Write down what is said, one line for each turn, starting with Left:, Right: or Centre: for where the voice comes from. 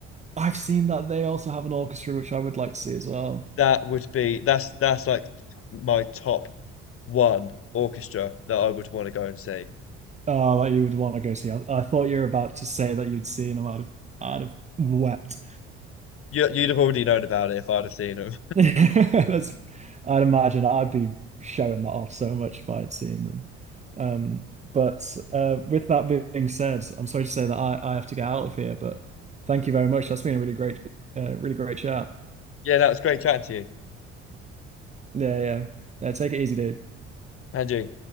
Right: I've seen that they also have an orchestra, which I would like to see as well.
Left: that would be that's that's like my top one orchestra that I would want to go and see.
Right: Oh, that you would want to go see. I, I thought you were about to say that you'd seen them. I'd have, I'd have wept.
Left: You, you'd have already known about it if I'd have seen them.
Right: <laughs> That's, I'd imagine I'd be showing that off so much if I'd seen them. Um, but uh, with that being said, I'm sorry to say that I, I have to get out of here, but thank you very much. That's been a really great, uh, really great chat.
Left: Yeah, that was great chatting to you,
Right: Yeah, yeah. Yeah, take it easy, dude.
Left: Andrew.